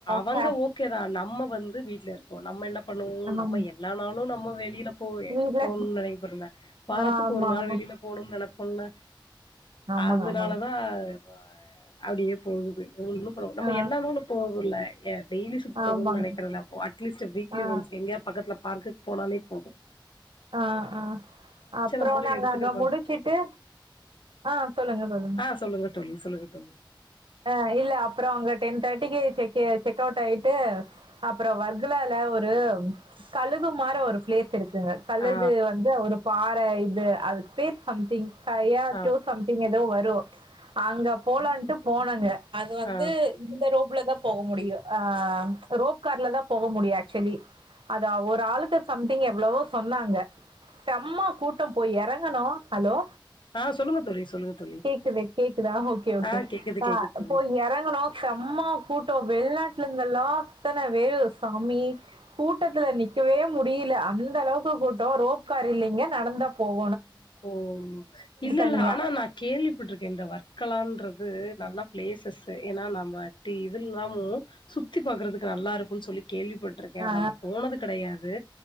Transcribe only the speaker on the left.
வாங்க
ஓக்கே தா நம்ம வந்து வீட்லருக்கோம். நம்ம என்ன. பண்ணுவோ நம்ம
எல்லா நாளும் நம்ம வெளில போறே
போணும்னு நினைபுவரும்ல வாரத்துக்கு
ஒரு நாள்
வெளில போணும் நெனப்.. <unintelligible>
அதுனாலதான்...
<inaudible> அப்டியே போகுது ஒன்னும் ப நம்ம
எல்லாநாளும் போணுல ஏம் டெய்லி சுத்தணுனு
நெனைக்கிறல்ல அட்லீஸ்ட் வீக்லி
ஒன்ஸ் எங்கயாத் பக்கத்துல பார்க்குக்கு போனாலே போதும்
நம்மளு
எடுத்துட்டு
போலா
ஆ தோழி சொல்லுங்க தோழி
ஆ
ஆ
ஆ
ஆ சொல்லுங்க தோழி சொல்லுங்க தோழி
ஆ கேக்குது
கேக்குது தோழி
ஓ இல்ல
இல்ல ஆனா நான் கேள்விப்பட்டட்டுருக்கேன் இந்த வர்க்கலான்றது நல்லா பிளேசஸ் ஏன்னா நம்மடி இது இல்லாமும் சுத்தி பாக்கறதுக்கு நல்லா இருக்கும்ன்னு சொல்லி கேள்விப்பட்டிருக்கேன்
ஆனா நான் போனது கிடையாது